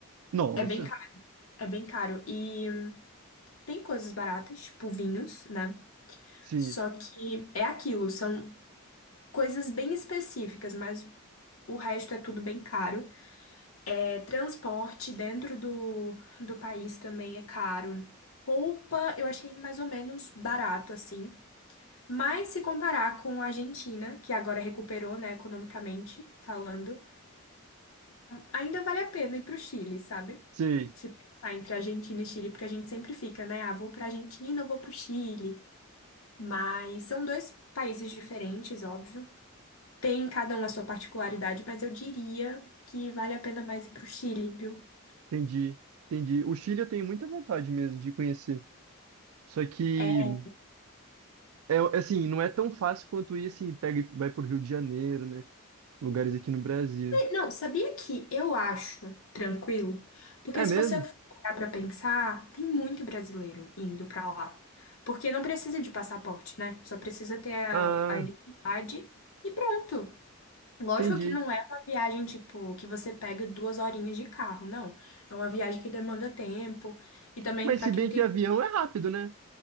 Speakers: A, on the right; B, on the left.
A: Nossa.
B: É bem caro, é bem caro. E tem coisas baratas, tipo vinhos, né?
A: Sim,
B: Só que é aquilo, são coisas bem específicas, mas o resto é tudo bem caro. É, transporte dentro do, do país também é caro. Roupa eu achei mais ou menos barato, assim. Mas se comparar com a Argentina, que agora recuperou, né, economicamente falando, ainda vale a pena ir pro Chile, sabe?
A: sim.
B: Se pensar entre Argentina e Chile, porque a gente sempre fica, né? Ah, vou pra Argentina, eu vou pro Chile. Mas são dois países diferentes, óbvio. Tem cada uma a sua particularidade, mas eu diria que vale a pena mais ir pro Chile, viu?
A: Entendi, entendi. O Chile eu tenho muita vontade mesmo de conhecer. Só que,
B: É.
A: é assim, não é tão fácil quanto ir assim, pega e vai para Rio de Janeiro, né? Lugares aqui no Brasil.
B: Não, sabia que eu acho tranquilo? Porque
A: É
B: se
A: mesmo?
B: você parar pra pensar, tem muito brasileiro indo pra lá. Porque não precisa de passaporte, né? Só precisa ter a,
A: Ah,
B: a identidade e pronto. Lógico
A: entendi.
B: que não é uma viagem, tipo, que você pega duas horinhas de carro, não. É uma viagem que demanda tempo. E também,
A: Mas
B: pra
A: se
B: quem
A: bem
B: tem
A: que avião é rápido, né?